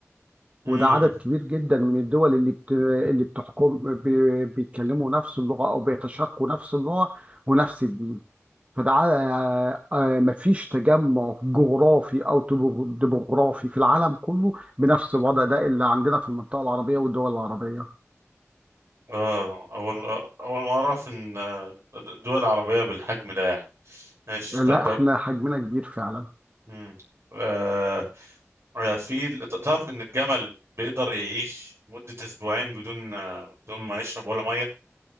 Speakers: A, on the right; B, on the right.
A: امم
B: وده عدد كبير جدا من الدول اللي بت... اللي بتحكم ب... بيتكلموا نفس اللغة أو بيتشاركوا نفس اللغة ونفس الدين فده ع- آه، مفيش تجمع جغرافي أو تبو- ديموغرافي في العالم كله بنفس الوضع ده اللي عندنا في المنطقة العربية والدول العربية
A: اه اول اول ما اعرف ان آه، الدول العربية بالحجم ده يعني ماشي
B: لا
A: طب
B: احنا حجمنا كبير فعلا
A: امم آه آه، في تعرف ان الجمل بيقدر يعيش مدة اسبوعين بدون آه، بدون ما يشرب ولا مية